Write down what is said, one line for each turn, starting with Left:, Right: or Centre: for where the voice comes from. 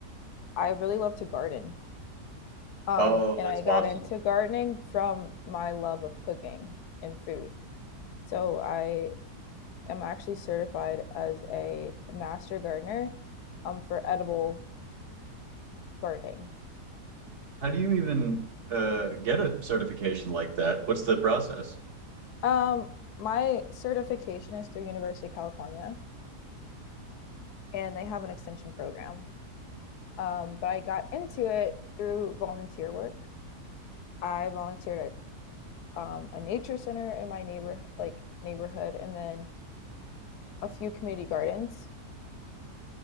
Left: I really love to garden. Um,
Right: Oh,
Left: and
Right: that's
Left: I got
Right: awesome.
Left: into gardening from my love of cooking and food. So I am actually certified as a master gardener um, for edible gardening.
Right: How do you even uh, get a certification like that? What's the process?
Left: Um, my certification is through University of California, and they have an extension program. Um, but I got into it through volunteer work. I volunteered at um, a nature center in my neighbor like neighborhood, and then a few community gardens.